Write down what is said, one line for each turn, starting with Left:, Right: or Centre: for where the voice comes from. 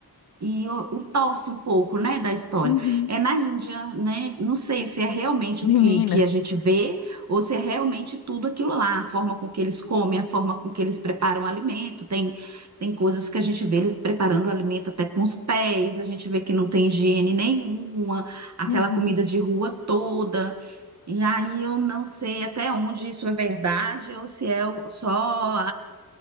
Right: e, o- e torce um pouco, né, da história.
Left: Uhum,
Right: É na Índia, né? Não sei se é realmente
Left: Menina,
Right: o que, que a gente vê ou se é realmente tudo aquilo lá, a forma com que eles comem, a forma com que eles preparam o alimento. Tem, tem coisas que a gente vê eles preparando o alimento até com os pés, a gente vê que não tem higiene nenhuma, aquela
Left: uhum.
Right: comida de rua toda. E aí eu não sei até onde isso é verdade ou se é o- só